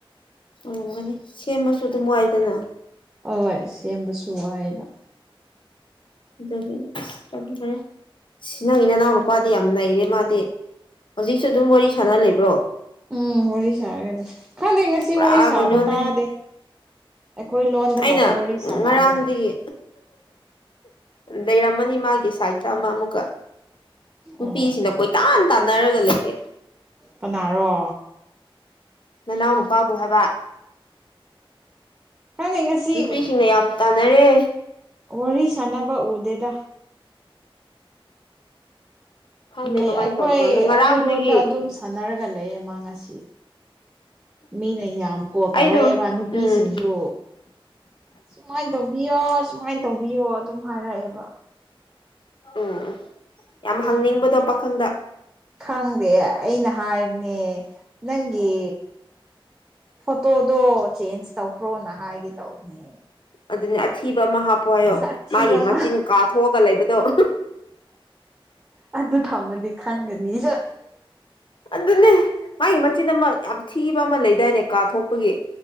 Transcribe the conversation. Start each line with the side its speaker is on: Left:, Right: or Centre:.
Left: ꯉꯝꯒꯅꯤ ꯁꯦꯝꯕꯁꯨ ꯑꯗꯨꯝ ꯋꯥꯏꯗꯅ
Right: ꯍꯣꯏ ꯁꯦꯝꯕꯁꯨ ꯋꯥꯏꯑꯕ
Left: ꯑꯗꯨ ꯏꯁꯔ ꯁꯤ ꯅꯪ ꯏ ꯅꯅꯥꯎ ꯅꯨꯄꯥꯗꯤ ꯌꯥꯝ ꯅꯩꯔꯦ ꯃꯥꯗꯤ ꯍꯧꯖꯤꯛꯁꯨ ꯑꯗꯨꯝ ꯋꯥꯔꯤ ꯁꯥꯟꯅ ꯂꯩꯕ꯭ꯔꯣ
Right: ꯎꯝ ꯋꯥꯔꯤ ꯁꯥꯔꯒꯅꯤ ꯈꯪꯗꯦ ꯉꯁꯤ
Left: ꯄꯨꯔꯥ
Right: ꯋꯥꯔꯤ ꯁꯥꯕ
Left: ꯀꯩꯅꯣꯅꯦ
Right: ꯇꯥꯗꯦ ꯑꯩꯈꯣꯏ ꯂꯣꯟꯗ
Left: ꯑꯩꯅ
Right: ꯈꯛꯇ ꯋꯥꯔꯤ ꯁꯥꯟꯅꯔꯒ
Left: ꯉꯔꯥꯡꯗꯒꯤ
Right: ꯂꯩ
Left: ꯂꯩꯔꯝꯃꯅꯤ ꯃꯥꯒꯤ ꯁꯥꯏꯗꯀ ꯑꯃ ꯑꯃꯨꯛꯀ ꯅꯨꯄꯤꯁꯤꯅ
Right: ꯑꯣ
Left: ꯀꯣꯏꯇꯥꯟ ꯇꯥꯟꯅꯔꯒ ꯂꯩꯔꯦ
Right: ꯄꯅꯥꯔꯣ
Left: ꯅꯅꯥꯎ ꯅꯨꯄꯥꯕꯨ ꯍꯥꯏꯕ
Right: ꯈꯪꯗꯦ ꯉꯁꯤ
Left: ꯅꯨꯄꯤꯁꯤꯡꯅ ꯌꯥꯝ ꯇꯥꯟꯅꯔꯦ
Right: ꯋꯥꯔꯤ ꯁꯥꯟꯅꯕ ꯎꯗꯦꯗ
Left: ꯈꯪꯗꯦ
Right: ꯎꯝ ꯂꯩ
Left: ꯀꯃꯥꯏꯅ
Right: ꯑꯩꯈꯣꯏ
Left: ꯇꯧꯕ꯭ꯔꯣ ꯉꯔꯥꯡꯗꯒꯤ
Right: ꯑꯩꯈꯣꯏ ꯂꯣꯟꯗ ꯑꯗꯨꯝ ꯁꯥꯟꯅꯔꯒ ꯂꯩꯌꯦ ꯃꯅꯥ ꯉꯁꯤ ꯃꯤꯅ ꯌꯥꯝ ꯀꯣ ꯇꯧꯔꯛꯑꯦꯕ
Left: ꯑꯩꯗꯣ
Right: ꯅꯨꯄꯤꯁꯤꯡꯁꯨ
Left: ꯎꯝ
Right: ꯁꯨꯃꯥꯏꯅ ꯇꯧꯕꯤꯌꯣ ꯁꯨꯃꯥꯏꯅ ꯇꯧꯕꯤꯌꯣ ꯑꯗꯨꯝ ꯍꯥꯏꯔꯛꯑꯦꯕ
Left: ꯎꯝ ꯌꯥꯝ
Right: ꯑꯗꯨꯒꯤ
Left: ꯍꯪꯅꯤꯡꯕꯗꯣ ꯄꯥꯈꯪꯗ
Right: ꯈꯪꯗꯦ ꯑꯩꯅ ꯍꯥꯏꯕꯅꯦ ꯅꯪꯒꯤ ꯐꯣꯇꯣꯗꯣ ꯆꯦꯟꯖ ꯇꯧꯈ꯭ꯔꯣꯅ ꯍꯥꯏꯒꯦ ꯇꯧꯕꯅꯦ
Left: ꯑꯗꯨꯅꯦ ꯑꯊꯤꯕ ꯑꯃ ꯍꯥꯞꯄꯣ ꯍꯥꯏꯌꯣ
Right: ꯅꯁꯛ ꯊꯤꯕ
Left: ꯃꯥꯒꯤ ꯃꯆꯤꯟ
Right: ꯑꯃ
Left: ꯀꯥꯊꯣꯛꯑꯒ ꯂꯩꯕꯗꯣ
Right: ꯑꯗꯨ ꯊꯝꯃꯗꯤ ꯈꯪꯒꯅꯤ
Left: ꯑꯗꯨꯅꯦ ꯃꯥꯒꯤ ꯃꯆꯤꯟ ꯑꯃ ꯌꯥꯝ ꯊꯤꯕ ꯑꯃ ꯂꯩꯗꯥꯏꯅꯦ ꯀꯥ ꯊꯣꯛꯣꯛꯄꯒꯤ